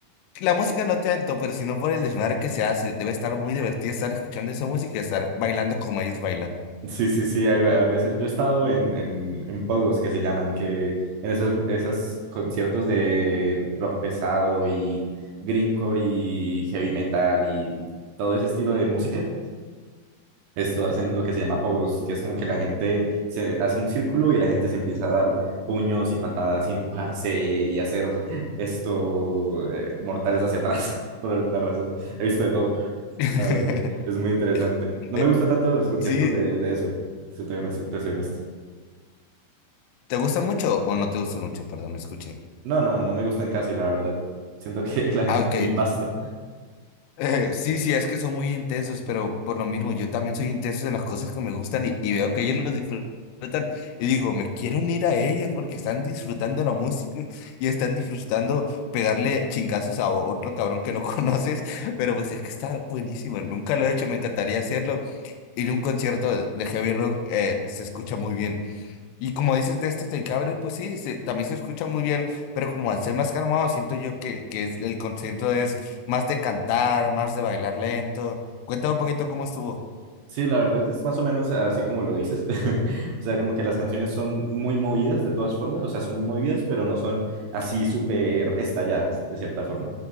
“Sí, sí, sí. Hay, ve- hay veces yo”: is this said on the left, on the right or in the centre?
Right